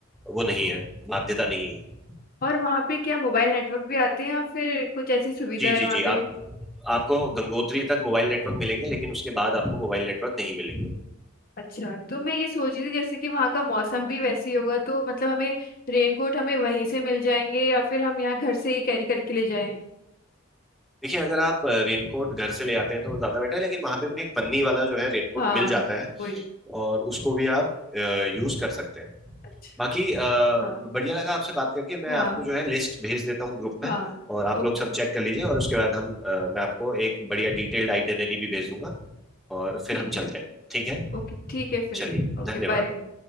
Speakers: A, in the centre; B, on the left.
A: वो नहीं है बाध्यता नहीं है
B: और वहाँ पे क्या मोबाइल नेटवर्क भी आते हैं या फिर कुछ ऐसी सुविधा
A: जी
B: है
A: जी
B: वहाँ
A: जी
B: पे
A: आप आपको गंगोत्री तक मोबाइल नेटवर्क मिलेंगे लेकिन उसके बाद आपको मोबाइल नेटवर्क नहीं मिलेंगे
B: अच्छा तो मैं ये सोच रही थी जैसे कि वहाँ का मौसम भी वैसे ही होगा तो मतलब हमें रेनकोट हमें वहीं से मिल जाएंगे या फिर हम यहाँ घर से ही कैरी करके ले जाएं
A: देखिए अगर आप रेनकोट घर से ले आते हैं तो ज़्यादा बेटर है लेकिन वहाँ पे भी एक पन्नी वाला जो है रेनकोट
B: हाँ
A: मिल जाता है
B: वही
A: और उसको भी आप यूज़ कर सकते हैं
B: अच्छा
A: बाकी अ, बढ़िया
B: हाँ
A: लगा आपसे बात करके मैं
B: हाँ
A: आपको जो है लिस्ट भेज देता हूँ ग्रुप
B: हाँ
A: में और आप
B: ओके
A: लोग सब चेक कर लीजिए और उसके बाद हम अ, मैं आपको एक बढ़िया डिटेल्ड आइटनरी भी भेज दूंगा और फिर
B: ठीक
A: हम
B: है
A: चलते हैं ठीक है
B: ओके ठीक है फिर
A: चलिए
B: Okay
A: धन्यवाद
B: bye